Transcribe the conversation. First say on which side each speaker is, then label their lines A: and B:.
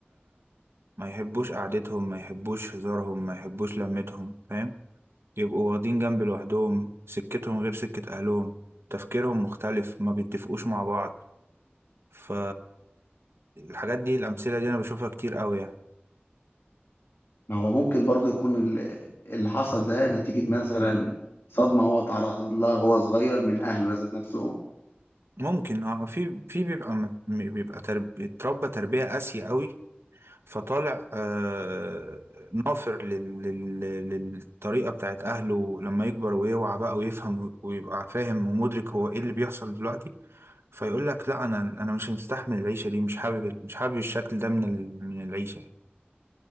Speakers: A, on the right (about 80°); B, on the left (about 75°).
A: ما يحبوش قعدتهم ما يحبوش هزارهم ما يحبوش لمتهم فاهم يبقوا واخدين جنب لوحدهم سكتهم غير سكة أهلهم تفكيرهم مختلف ما بيتفقوش مع بعض ف الحاجات دي الأمثلة دي أنا بشوفها كتير قوي يعني
B: ما هو ممكن برضو يكون ال- اللي حصل ده نتيجه مثلا صدمه هو تعرض لها وهو صغير من اهله ذات نفسهم
A: ممكن اه في في بيبقى م- بيبقى ترب... اتربى تربية قاسية قوي فطالع آه نافر لل... لل... للطريقة بتاعت أهله لما يكبر ويوعى بقى ويفهم ويبقى فاهم ومدرك هو إيه اللي بيحصل دلوقتي فيقول لك لا أنا أنا مش مستحمل العيشة دي مش حابب مش حابب الشكل ده من ال... من العيشة يعني.